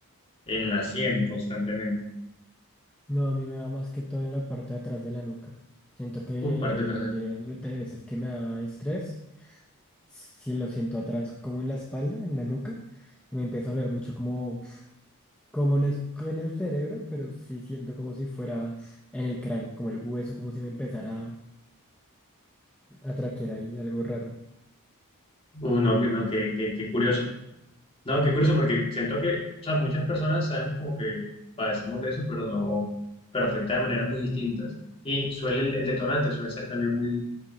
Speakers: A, on the left; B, in the centre.
A: en la sien constantemente.
B: No, a mí me da más que todo en la parte de atrás de la nuca. Siento que
A: Uf, parte
B: la
A: trasera.
B: mayoría de las veces que me da estrés, si lo siento atrás como en la espalda, en la nuca, me empieza a doler mucho como, como no es en el cerebro, pero sí siento como si fuera en el cráneo, como el hueso, como si me empezara a, a traquear ahí algo raro.
A: Uf, no, que- no, qué, qué, qué curioso. No, qué curioso, porque siento que, o sea, muchas personas sabemos como que padecemos de eso, pero no, pero afecta de maneras muy distintas. Y suele, el, el detonante suele ser también muy,